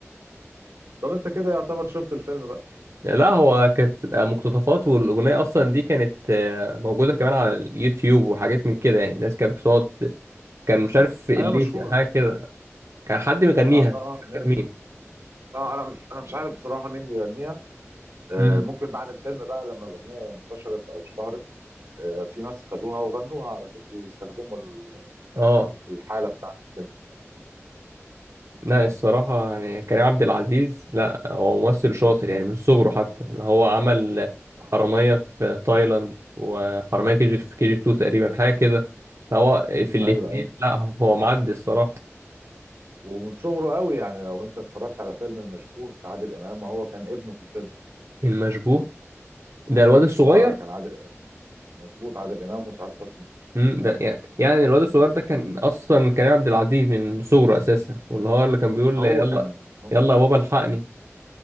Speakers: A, on the right; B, on the right.
A: طب انت كده يعتبر شفت الفيلم بقى
B: لا هو كانت بتبقى مقتطفات والاغنيه اصلا دي كانت آه، موجوده كمان على اليوتيوب وحاجات من كده يعني الناس كانت بتقعد كان مش عارف الليسي
A: ايوه مشهوره
B: أو حاجه كده كان حد بيغنيها
A: اه اه
B: مش فاكر
A: آه.
B: مين
A: آه، انا مش انا مش عارف بصراحه مين بيغنيها آه
B: امم
A: ممكن بعد الفيلم بقى لما الاغنيه انتشرت او اشتهرت آه، في ناس خدوها وغنوها على اساس يستخدموا ال-
B: اه
A: الحاله بتاعت الفيلم
B: لا الصراحة يعني كريم عبد العزيز لا هو ممثل شاطر يعني من صغره حتى اللي هو عمل
A: آه.
B: حرامية في تايلاند وحرامية كي جي في كي جي 2 تقريبا
A: مم.
B: حاجة كده لا، هو في الاتنين
A: ايوه ايوه
B: لا هو معدي الصراحة
A: ومن صغره قوي يعني لو انت اتفرجت على فيلم المشبوه بتاع عادل امام ما هو كان ابنه في الفيلم
B: المشبوه ده الواد الصغير
A: اه كان عادل مظبوط عادل امام وسعاد حسني
B: مم، ده يعني يعني الواد الصغير ده كان أصلا كريم عبد العزيز من صغره أساسا واللي هو اللي كان بيقول
A: هو
B: يلا
A: كان هو,
B: يلا يا بابا الحقني